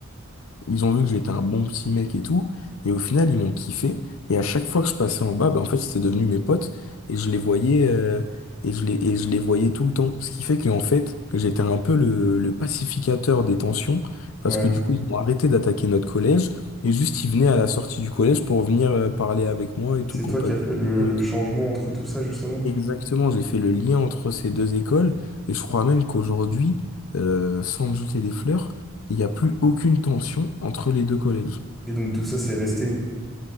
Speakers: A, on the left; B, in the centre.
A: Ils ont vu que j'étais un bon petit mec et tout, et au final, ils m'ont kiffé. Et à chaque fois que je passais en bas, ben en fait, c'était devenu mes potes, et je les voyais, euh, et je les, et je les voyais tout le temps. Ce qui fait qu'en fait, j'étais un peu le, le pacificateur des tensions, parce
B: Ouais.
A: que du coup, ils ont arrêté d'attaquer notre collège, et juste, ils venaient à la sortie du collège pour venir, euh, parler avec moi et tout,
B: Et C'est
A: qu'on
B: toi
A: passe
B: qui as fait
A: du
B: le,
A: bon temps
B: le
A: et tout.
B: changement entre tout ça, justement?
A: Exactement, j'ai fait le lien entre ces deux écoles, et je crois même qu'aujourd'hui, euh, sans me jeter des fleurs, il n'y a plus aucune tension entre les deux collèges.
B: Et donc tout ça, c'est resté.